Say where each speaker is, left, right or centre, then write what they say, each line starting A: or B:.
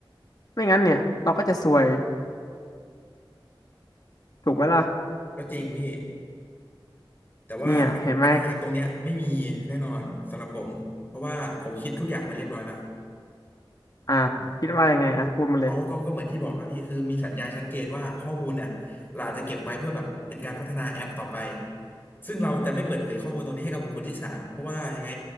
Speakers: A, on the left; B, on the left.
A: ไม่งั้นเนี่ยเราก็จะซวยถูกไหมล่ะ
B: ก็จริงพี่แต่ว่าปัญปัญหาตรงเนี้ยไม่มีแน่นอนสำหรับผมเพราะว่าผมคิดทุกอย่างมาเรียบร้อยละ
A: เนี่ยเห็นไหมอ่ะคิดว่ายังไงอ่ะพูดมาเลย
B: เขาก็ก็เหมือนที่บอกครับพี่คือมีสัญญาชัดเจนว่าข้อมูลเนี่ยเราจะเก็บไว้เพื่อแบบเป็นการพัฒนาแอปต่อไป ซึ่งเราจะไม่เปิดเผยข้อมูลตรงนี้ให้กับบุคคลที่สามเพราะว่ายังไง